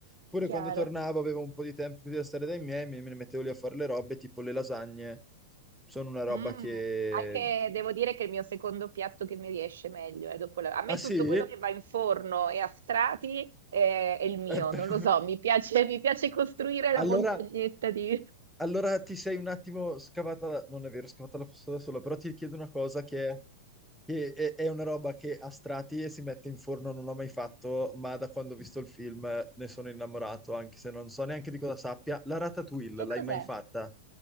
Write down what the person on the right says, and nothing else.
chiaro.
Mh.
Anche devo dire che il mio secondo piatto che mi riesce meglio, eh, dopo la a me
tutto quello che va in forno e a strati, ehm, è il mio,
non lo so, mi piace mi piace costruire la
montagnetta di
che
cos'è?